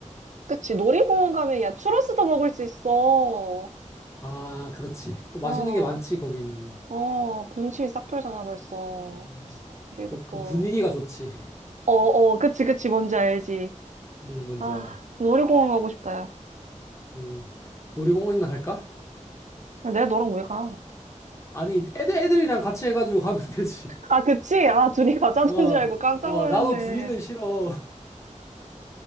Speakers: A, on the right (about 65°); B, on the left (about 20°).
A: 그치, 놀이공원 가면 야, 추러스도 먹을 수 있어.
B: 아, 그렇지. 또 맛있는
A: 어,
B: 게 많지, 거기는.
A: 어, 군침이 싹 돌잖아, 벌써.
B: 음,
A: 그리고
B: 또 그
A: 또,
B: 분위기가 좋지.
A: 어, 어, 그치, 그치, 뭔지 알지.
B: 응, 뭔지
A: 아,
B: 알아.
A: 놀이공원 가고 싶다, 야.
B: 응. 놀이공원이나 갈까?
A: 야, 내가 너랑 왜 가?
B: 아니, 애들, 애들이랑 같이 해가지고 <laughs> 가면 되지.
A: 아, 그치? 아, 둘이 <laughs> 가자는
B: 어,
A: 줄 알고 깜짝
B: 어,
A: 놀랐네.
B: 나도 둘이는 싫어.